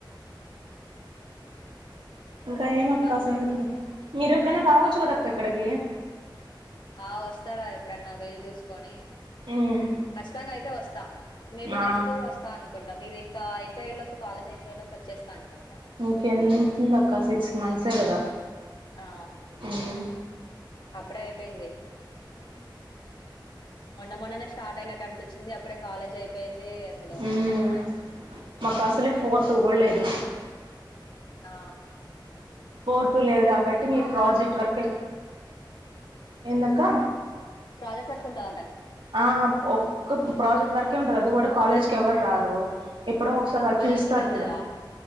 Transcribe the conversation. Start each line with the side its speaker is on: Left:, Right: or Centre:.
Right: ఇంకా ఏమక్క
Left: వన్స్
Right: సంగతులు మీరు ఎప్పుడైనా రావచ్చు
Left: ఆ
Right: కదా అక్క ఇక్కడికి
Left: ఆ వస్తారా ఎప్పుడన్నా వీలు చూసుకొని
Right: మ్మ్
Left: ఖచ్చితంగా అయితే వస్తా మేబి
Right: ఆ
Left: నెక్స్ట్ ఇయర్ వస్తా అనుకుంటా మీరు ఇం క అయిపోయే లోపు కాలేజ్ అయిపోయేలోపు వచ్చేస్తానుకోం
Right: ఇంకెంతుంది అక్క సిక్స్ మంత్సే కదా
Left: ఆ
Right: అవును
Left: అప్పుడే అయిపోయింది మొన్న మొన్ననే స్టార్ట్ అయినట్టు అనిపించింది అప్పుడే కాలేజ్ అయిపోయింది అసలు
Right: ఉమ్ మాకు అసలే ఫోర్తుకూడ లేదు
Left: ఆ
Right: ఫోర్టు లేదు కాబట్టి మీరు ప్రాజెక్ట్ వర్క్ ఎందక్కా
Left: ప్రాజెక్ట్ వర్కుటందం
Right: ఆ ఒక్క ప్రాజెక్ట్ వర్కే ఉంటది అది కూడా కాలేజ్కి ఎవ్వరు రారు ఎప్పుడో ఒకసారి వాళ్లు
Left: మరి
Right: పిలుస్తరు
Left: ఇంటికెళ్తారా
Right: చూడు